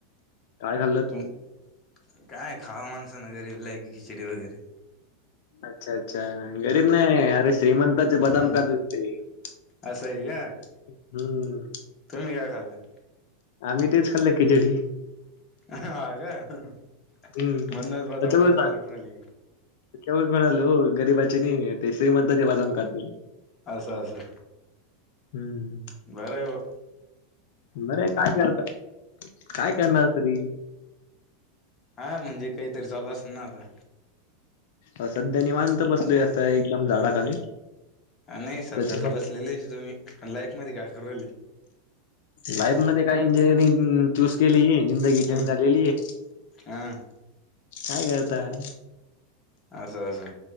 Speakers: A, on the left; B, on the left.
A: काय खाल्लंत
B: तुम काय खावं माणसानं गरीबलाय कि खिचडी वगैरे
A: अच्छा अच्छा गरीब नाहीरे श्रीमंताचे बदाम
B: हम्म
A: काज दिसते हम्म
B: असं आहे का तुम्ही काय खाल्लं
A: आम्ही तेच खाल्ल खिचडी.
B: हा का.
A: हम्म त्याच्यालंवर
B: म्हणूनच बदाम काजू ऑर्डर आली
A: <unintelligible> म्हणाले हो गरीबाची नाही ते श्रीमंतांचे बदाम खाते.
B: असं असं.
A: हम्म.
B: बरय ब.
A: बरे काय करत काय करणार तरी.
B: हा म्हणजे काहीतरी चालू असेल ना आता.
A: अ सध्या निवांत बसल असता एकदम झाडाखाली.
B: नाही सध्या
A: त्याच्यामध्ये
B: तर बसलेलेच तुम्ही पण लाईफ मध्ये का करली राहिली.
A: लाईफ मध्ये काय इंजिनिअरिंग चूज केली आहे, जिंदगी जेईन
B: हम्म
A: झालेली आहे.
B: हा
A: काय करताय
B: असं असं